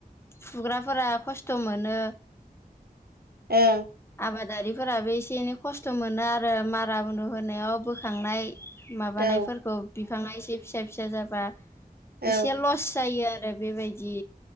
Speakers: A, on the left (about 15°); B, on the right (about 75°).
A: फुग्राफोरा खस्थ' मोनो।
B: ओं
A: आबादारिफोराबो एसे एनै खस्थ' मोनो आरो मारा मुनु होनायाव बोखांनाय माबानायफोरखौ
B: औ
A: बिफाङा एसे फिसा फिसा जाबा
B: औ
A: एसे लस जायो आरो बेबायदि